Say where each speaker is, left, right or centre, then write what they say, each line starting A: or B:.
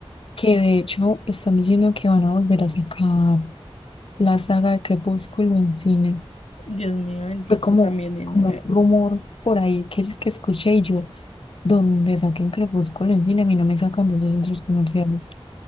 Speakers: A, on the left; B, on the left.
A: que de hecho están diciendo que van a volver a sacar la saga de Crepúsculo en cine.
B: Dios mío, bendito,
A: Fue como,
B: también, tiene-
A: como un rumor por ahí que, que escuché y yo. Donde saquen Crepúsculo en cine, a mí no me sacan de esos centros comerciales.